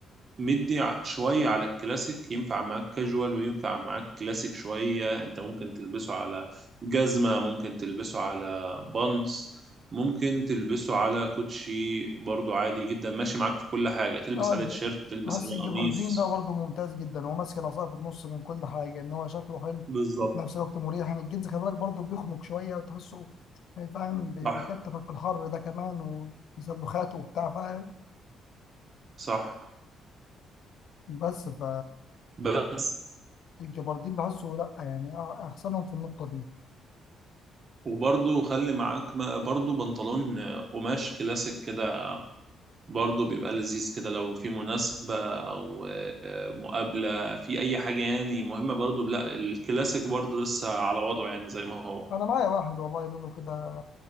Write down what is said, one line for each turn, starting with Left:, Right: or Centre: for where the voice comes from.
Right: مدي ع- شوية على الكلاسيك ينفع معاك كاجوال وينفع معاك كلاسيك شوية انت ممكن تلبسه على جزمة ممكن تلبسه على بانس ممكن تلبسه على كوتشي برضو عادي جدا ماشي معاك في كل حاجة تلبس
Left: اه
Right: عليه
Left: الج-
Right: تيشيرت تلبس
Left: بحس
Right: عليه
Left: الجبردين
Right: قميص
Left: ده برضه ممتاز جدا هو ماسك العصايه في النص من كل حاجه ان هو شكله حلو
Right: بالظبط
Left: وفي نفس الوقت مريح يعني الجنس خلي بالك برضه بيخنق شويه وتحسه يعني فاهم بي-
Right: صح
Left: بيكتفك في الحر ده كمان وسلوخاته وبتاع فاهم
Right: صح
Left: بس ف
Right: بس
Left: الجبردين بحسه لا يعني أ- احسنهم في النقطه دي
Right: وبرضو خلي معاك ما- برضو بنطلون قماش كلاسيك كده برضو بيبقى لذيذ كده لو في مناسبة أو مقابلة في أي حاجة يعني مهمة برضو لا الكلاسيك برضو لسه على وضعه يعني زي ما هو
Left: انا معايا واحد والله لونه كده